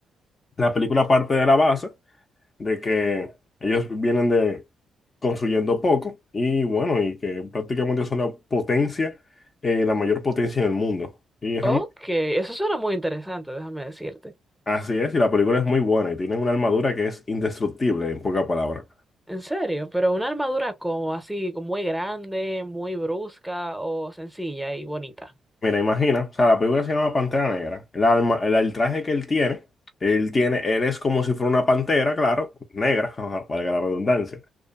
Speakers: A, on the left; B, in the centre.
A: la película parte de la base de que ellos vienen de construyendo poco y bueno, y que prácticamente son la potencia, eh, la mayor potencia en el mundo. Y realmente
B: Ok, eso suena muy interesante, déjame decirte.
A: así es, y la película es muy buena y tienen una armadura que es indestructible, en pocas palabras.
B: En serio, pero una armadura como así, como muy grande, muy brusca o sencilla y bonita.
A: Mira, imagina, o sea, la película se llama Pantera Negra. El alma, el, el traje que él tiene, él tiene, él es como si fuera una pantera, claro, negra, <laughs> ajá, valga la redundancia.